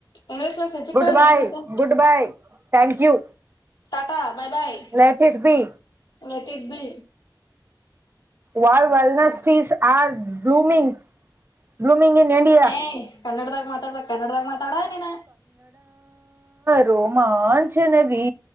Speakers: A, on the left; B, on the right.
A: English class ಹೆಚ್ಚ
B: ಗುಡ್
A: ಕೇಳ್ದ
B: ಬೈ
A: ನೀವತ್ತು
B: good bye thank you
A: Tata bye bye
B: let it be
A: let it be
B: ವಲ್ ವೆಲ್ನಸ್ಟೀಸ್ are blooming blooming in India.
A: ಏಯ ಕನ್ನಡದಾಗ ಮಾತಾಡ್ಬ ಕನ್ನಡ್ದಾಗ ಮಾತಾಡ ನೀನ
B: ರೋಮಾಂಚನವಿ